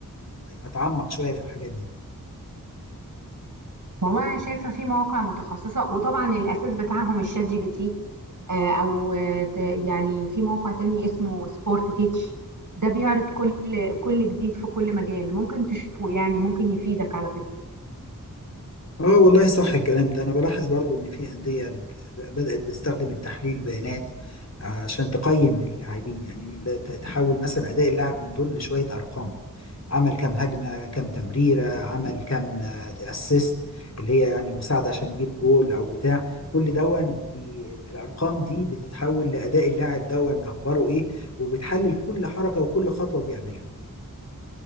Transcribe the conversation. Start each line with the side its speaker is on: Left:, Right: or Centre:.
Left: اتعمق شويه في الحاجات دي
Right: والله انا شايفه في مواقع متخصصه وطبعا الاساس بتاعهم الشات جي بي تي آه، او آه، ت- يعني في موقع تاني اسمه سبورت تيتش ده بيعرض كل كل جديد في كل مجال ممكن تشوفه يعني ممكن يفيدك على فكره
Left: اه والله صح الكلام ده انا بلاحظ برضو ان في انديه ب- بدات بتستخدم التحليل البيانات عشان تقيم اللاعبين يعني ال- ت- تحول مثلا اداء اللاعب من دول لشويه ارقام عمل كام هجمه كام تمريره عمل كام اسيست اللي هي يعني مساعده عشان يجيب جول او بتاع كل دون بي- الارقام دي بتتحول لاداء اللاعب دون اخباره ايه وبتحلل كل حركه وكل خطوه بيعملها